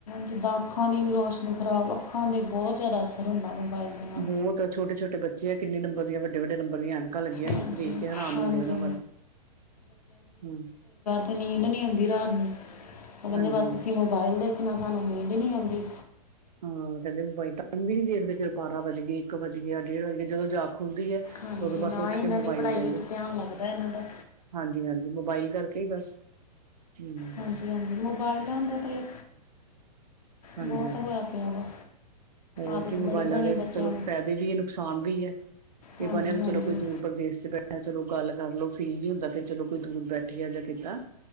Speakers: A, on the left; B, on the right.
A: ਜਿੱਦਾਂ ਅੱਖਾਂ ਦੀ ਵੀ ਰੌਸ਼ਨੀ ਖ਼ਰਾਬ ਆ। ਖਾਂਦੇ ਬਹੁ ਜ਼ਾਦਾ ਸੀ। ਰਹਿੰਦਾ ਮੋਬਾਇਲ। ਦੇ ਨਾਲ
B: ਬਹੁਤ ਆ, ਛੋਟੇ-ਛੋਟੇ ਬੱਚੇ ਆ ਕਿੰਨੇ ਨੰਬਰ ਦੀਆਂ ਵੱਡ ਵੱਡੇ-ਵੱਡੇ ਨੰਬਰ ਦੀਆਂ ਐਨਕਾਂ ਲੱਗੀਆ
A: ਹਾਂਜੀ
B: ਹੋਈਆ, ਵੇਖ ਕੇ ਹੈਰਾਨ
A: ਹਾਂਜੀ
B: ਹੁੰਦੇ ਉਹਨਾਂ ਵੱਲ, ਹੂੰ।
A: ਫੇਰ ਨੀਂਦ ਨੀ ਆਉਂਦੀ ਰਾਤ ਨੂੰ, ਉਹ ਕਹਿੰਦੇ
B: ਹਾਂਜੀ
A: ਬਸ ਅਸੀਂ ਮੋਬਾਈਲ ਦੇਖਣਾ ਸਾਨੂੰ ਨੀਂਦ ਨੀ ਆਉਂਦੀ।
B: ਹਾਂ ਕਹਿੰਦੇ ਮੁੰਬਾਈ ਟਾਈਮ ਵੀ ਨੀ ਦੇਖਦੇ, ਫੇਰ ਬਾਰਾਂ ਵਜ ਗਏ ਇੱਕ ਵਜ ਗਿਆ ਡੇਢ ਵਜ ਗਿਆ ਜਦੋਂ ਜਾ ਖੁਲਦੀ ਐ ਤੇ
A: ਹਾਂਜੀ
B: ਉਦੋਂ ਬਸ
A: ਨਾ
B: ਉੱਠ
A: ਹੀ ਇਹਨਾਂ
B: ਕੇ ਮੋਬਾਈਲ
A: ਦੀ ਪੜ੍ਹਾਈ
B: ਪੈਂਲ੍ਹੇ।
A: ਵਿੱਚ ਧਿਆਨ ਲੱਗਦਾ ਇਹਨਾਂ ਦਾ
B: ਹਾਂਜੀ-ਹਾਂਜੀ, ਮੋਬਾਈਲ ਕਰਕੇ ਈ ਬਸ ਹਮ
A: ਹਾਂਜੀ-ਹਾਂਜੀ ਮੋਬਾਈਲਾਂ ਦਾ ਤੇ
B: ਹਾਂਜੀ
A: ਬਹੁਤ ਹੋਇਆ ਪਿਆ ਵਾ।
B: ਹੋਰ
A: ਆਦਤ
B: ਕੀ ਮੋਬਾਇਲਾਂ
A: ਬੜੀ ਬਣੀ
B: ਦੇ
A: ਬੱਚਿਆਂ
B: ਚਲੋ
A: ਨੂੰ
B: ਫਾਇਦੇ ਵੀ ਏ ਨੁਕਸਾਨ ਵੀ ਏ। ਇਹ
A: ਹਾਂਜੀ
B: ਬਣਿਆ ਵੀ
A: ਹਾਂਜੀ
B: ਚਲੋ ਕੋਈ ਦੂਰ ਵਿਦੇਸ਼ 'ਚ ਬੈਠਾ ਚਲੋ ਗੱਲ ਕਰਲੋ ਫੀਲ ਨੀ ਹੁੰਦਾ, ਫਿਰ ਚਲੋ ਕੋਈ ਦੂਰ ਬੈਠੀ ਆ ਜਾਂ ਕਿੱਦਾਂ।